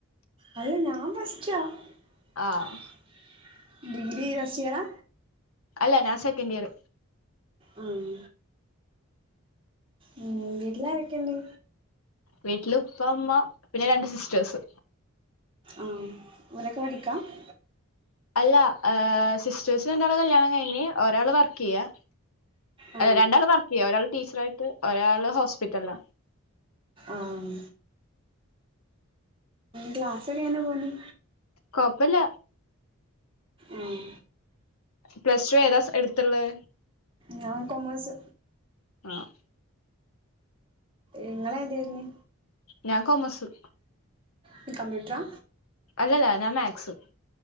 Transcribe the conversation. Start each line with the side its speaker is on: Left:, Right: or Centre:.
Right: അല്ല ഞാൻ ഫസ്റ്റാഡിഗ്രി
Left: ആഹ്
Right: ഫസ്റ്റിയറാ?
Left: അല്ല ഞാൻ സക്കന്റിയർ.
Right: ആഹ് ഉം വീട്ടിലാരൊകണ്ട്.
Left: വീട്ടില് ഉപ്പ ഉമ്മ പിന്നെ രണ്ട് സിസ്റ്റേഴ്സ്.
Right: ആഹ് ആലൊക്കെ പഠിക്കാ --
Left: അല്ല സിസ്റ്റേഴസിന് രണ്ടാളെ കല്യാണം കഴിഞ്ഞ ഒരാള് വർക്ക് യ്യാ
Right: ആ
Left: രണ്ടാള് വർക്ക് ചെയ്യ ഒരാൾ ടീച്ചർ ആയിട്ട് ഒരാള് ഹോസ്പിറ്റല
Right: ആഹ് ക്ലാസ്സൊക്കെ എങ്ങനെപോന്നു
Left: കൊയപ്പല്ല.
Right: ആഹ്
Left: പ്ലസ് ടു ഏതാസ് എടുത്ത്ള്ളേ?
Right: ഞാൻ കോമേഴ്‌സ്.
Left: ആഹ്
Right: നിങ്ങളേതേയിര്ന്ന്?
Left: ഞാൻ കൊമേസ്.
Right: ത് കമ്പ്യൂട്ട്രാ.
Left: എല്ലല്ലാ ഞാ മാക്സ്.